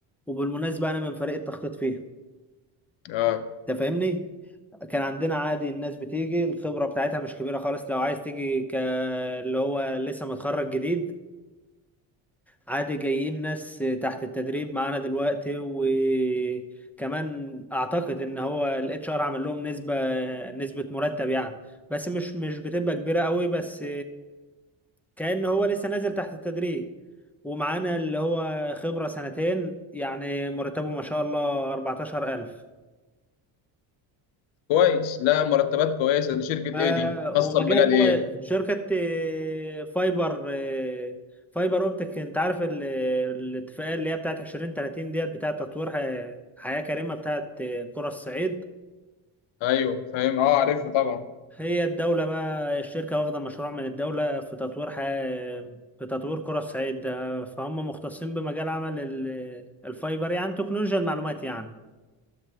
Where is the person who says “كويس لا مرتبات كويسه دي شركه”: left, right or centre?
Left